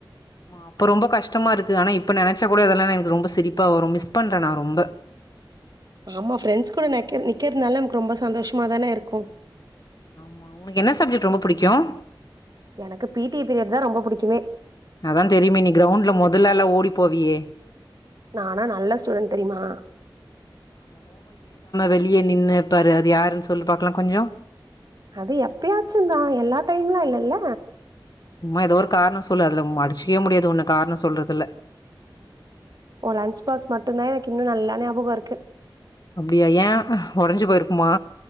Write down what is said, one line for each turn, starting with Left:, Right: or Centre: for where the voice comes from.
Left: அப்ப ரொம்பஷ்டமா இருக்கு ஆன இப்ப நினைச்ச கூட அதெல்லாம் எனக்கு ரொம்ப திரிப்பா வரும் மிஸ் பண்றேண்ணா ரொம்ப
Right: ஆமா ஃப்ரெண்ட்ஸ் கூட நிக்கிறதுனால நமக்கு ரொம்ப சந்தோஷமாதானே இருக்கும்
Left: ஆமா உனக்கு என்ன சப்ஜெக்ட் ரொம்ப பிடிக்கும்
Right: எனக்கு பிடி பீரியட் தான் ரொம்ப புடிக்குமே
Left: அதான் தெரியுமே நீ கிரவுண்ட்ல முதல்ல எல்லாம் ஓடி போவியே
Right: நானா நல்ல ஸ்டூடன் தெரியுமா
Left: வெளியே நின்னுப்பாரு அது யாருன்னு சொல்லி பார்க்கலாம் கொஞ்சம்
Right: அது எப்பயாச்சும்ந்தான் எல்லா டைம்லாம் இல்லல்ல
Left: சும்மா ஏதோ ஒரு காரணம் சொல்லு அதுல மடிச்சக்கவே முடியாது உன்னு காரணம் சொல்றதுல
Right: ஓ லன்ச பாக்ஸ் மட்டும் தான் எனக்கு இன்னும் நல்லா ஞாபகம் இருக்கு
Left: அப்படியா ஏன் உடஞ்சு போயிருக்குமா